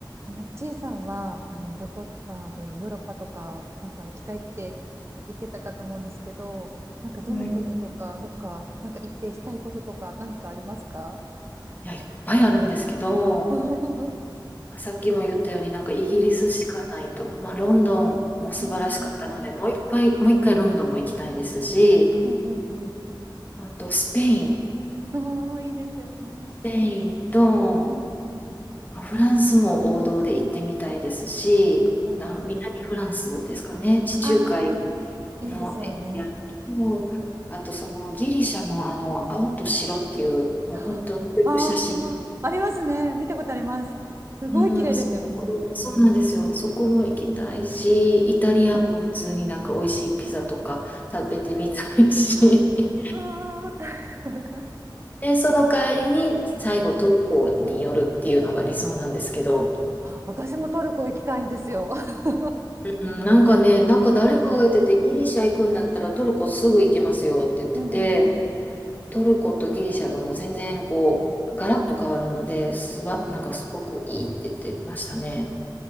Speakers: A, on the right; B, on the left.
A: あの、ちいさんは、あの、旅行とかでヨーロッパとか、なんか行きたいって言ってたかと思うんですけど、なんかどの国とか、
B: はい。
A: どっか、なんか行ってしたいこととか、なんかありますか
B: いや、いっぱいあるんですけど、
A: <laughs>
B: さっきも言ったようになんかイギリスしかないと、
A: うんうん。
B: まあ、ロンドンも素晴らしかったので、
A: うーん。う
B: もう一回、もう一回ロンドンも行きたいですし、
A: んうん
B: あとスペイン、ス
A: うん。ああ、いいですよね。
B: ペインと、
A: うんうん。
B: まあ、フランスも王道で行ってみたいですし、
A: うんうん。
B: あ、南フランスですかね、地中海
A: ああ、いいですよね。
B: のエリアと、あとそのギリシャのあの青と白っていう、もう本当によく写真
A: ああ、ありますね。見たことあります。すごい綺麗ですよね。
B: うん、そこ、そうなんですよ。そこも行きたいし、イタリアも普通になんか美味しいピザとか食べてみたいし。
A: うん。あ
B: <laughs>
A: うわー大変
B: で、その帰りに最後トルコに寄るっていうのが理想なんですけど、
A: 私もトルコ行きたいんですよ。<laughs>
B: うん、なんかね、なんか誰かが言ってて、ギリシャ行くんだったらトルコすぐ行けますよって言ってて、
A: うんうんうんうん。
B: トルコとギリシャがもう全然こう、ガラッと変わるので、すば、
A: うんうん、
B: なんかすごくいいって言ってましたね。